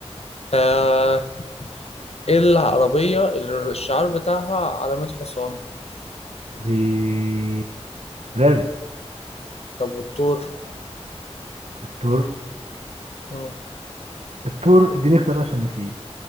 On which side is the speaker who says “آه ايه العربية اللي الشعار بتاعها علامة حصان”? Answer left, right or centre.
Left